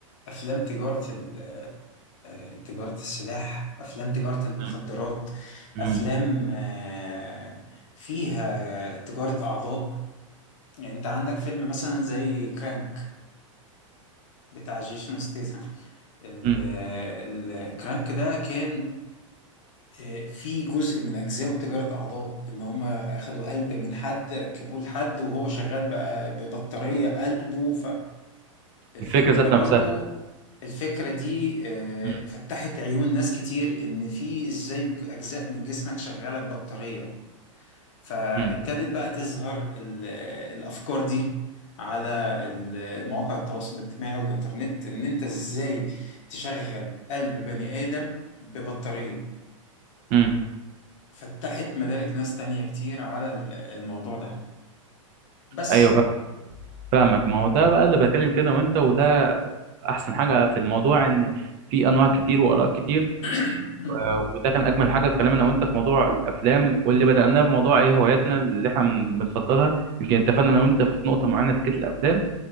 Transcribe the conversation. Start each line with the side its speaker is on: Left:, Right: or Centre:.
Left: افلام تجارة ال- تجارة السلاح افلام تجارة المخدرات
Right: مم. مم.
Left: افلام آه، فيها تجارة اعضاء يعني انت عندك فيلم مثلا زي كرانك بتاع جيسون ستيثم ال-
Right: مم.
Left: الكرانك ده كان آه، فيه جزء من أجزاء تجارة أعضاء إن هم أخدوا قلب من حد ركبوه لحد وهو شغال بقى ببطارية قلبه فالفيلم
Right: الفكره ذات
Left: ده برضو
Right: نفسها
Left: الفكرة دي آه،
Right: مم.
Left: فتحت عيون ناس كتير إن في إزاي أجزاء من جسمك شغالة ببطارية فابتدت
Right: مم.
Left: بقى تظهر ال- الافكار دي على ال- المواقع التواصل الاجتماعي والانترنت ان انت ازاي تشغل قلب بني ادم ببطارية
Right: مم.
Left: فتحت مدارك ناس تانية كتير على ال- الموضوع ده بس
Right: ايوه فا- فاهمك ما هو ده بقى اللي بتكلم فيه انا وانت وده احسن حاجه في الموضوع ان في انواع كتير واراء كتير
Left: <clears throat>
Right: و- وده كان اجمل حاجه في كلامنا وانت في موضوع الافلام واللي بدأناه بموضوع ايه هواياتنا اللي احنا بنفضلها يمكن اتفقنا انا وانت في نقطه معينه في فكره الافلام